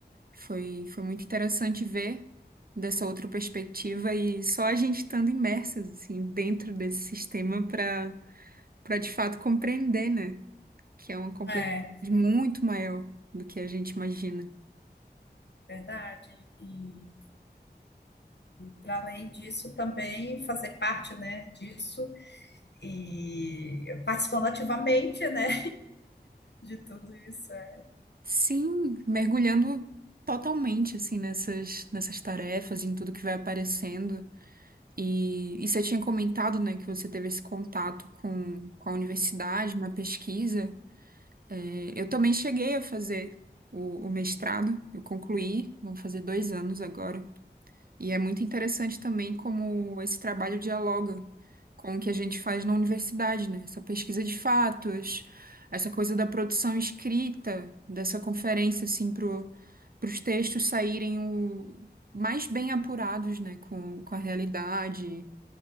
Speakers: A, on the right (about 55°); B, on the left (about 80°).
A: Foi, foi muito interessante ver dessa outra perspectiva e só a gente estando imersas assim dentro desse sistema para para de fato compreender, né? Que é uma complexidade
B: É,
A: muito maior do que a gente imagina.
B: verdade. E para além disso, também fazer parte, né, disso e participando ativamente, né, de tudo isso. é.
A: Sim, mergulhando totalmente assim nessas nessas tarefas, em tudo que vai aparecendo. E, e você tinha comentado, né, que você teve esse contato com, com a universidade na pesquisa. É, Eu também cheguei a fazer o, o mestrado, eu concluí, vão fazer dois anos agora. E é muito interessante também como esse trabalho dialoga com o que a gente faz na universidade, né? Essa pesquisa de fatos, essa coisa da produção escrita, dessa conferência, assim, pro, os textos saírem o, mais bem apurados, né? Com, com a realidade